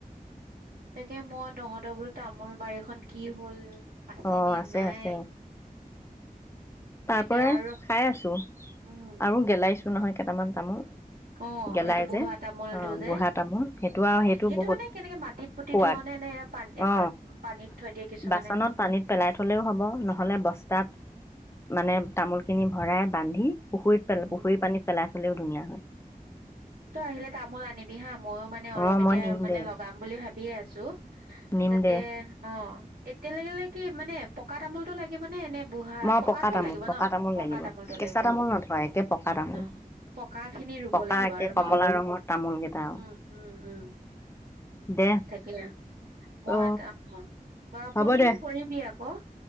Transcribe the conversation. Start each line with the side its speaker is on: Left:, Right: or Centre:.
Right: তাকে, মই তহঁতৰ বোলো তামোল বাৰীখন কি হ'ল।
Left: অ,
Right: নে
Left: আছে
Right: নাই।
Left: আছে। তাৰ
Right: তাকে
Left: পৰাই
Right: আৰু
Left: খাই আছো
Right: উম,
Left: আৰু গেলাইছো টো নহয় কেইটামান তামোল
Right: আহ
Left: গেলাই
Right: সেইটো বুঢ়া
Left: যে
Right: তামোলটো
Left: অ
Right: যে
Left: বুঢ়া তামোল সেইটো আৰু
Right: আহ সেইটো
Left: বহুত
Right: মানে কেনেকে মাটিত পুতি
Left: সোৱাদ
Right: থোৱা নে নে পানী
Left: অ
Right: প পানীত থৈ দিয়ে কিছুমানে
Left: বাচনত পানীত পেলাই থলেও হ'ব নহ'লে বস্তাত মানে তামোলখিনি ভৰাই বান্ধি পুখুৰীত পেল
Right: উম
Left: পুখুৰী পানীত পেলাই হ'লেও ধুনীয়া হয়
Right: তই আহিলে তামোল আনিবি হা মইও মানে অলপ
Left: অ
Right: এতিয়া
Left: মই নিম
Right: মানে
Left: দে
Right: লগাম বুলি ভাবিয়ে আছো
Left: নিম
Right: তাতে
Left: দে
Right: অ এতিয়ালে লাগিলে কি মানে পকা তামোলতটো লাগিব নে এনে বুঢ়া
Left: মই
Right: পকাটোৱে
Left: পকা তামোল
Right: লাগিব ন
Left: তামোল
Right: পকা
Left: লাগিব
Right: তামোলটোৱে
Left: কেঁচা
Right: লাগিব
Left: তামোল
Right: অ
Left: নথয় একে পকা তামোল
Right: ন পকা খিনি ৰুব
Left: পকা
Right: লাগিব
Left: একে
Right: আৰু
Left: কমলা
Right: ন
Left: ৰঙৰ তামোল কেইটা
Right: উম
Left: আৰু
Right: উম উম উম
Left: দে
Right: তাকে মই
Left: অ
Right: এটা অ বাৰ
Left: হ'ব
Right: ফোন
Left: দে
Right: চোন কৰিবি আকৌ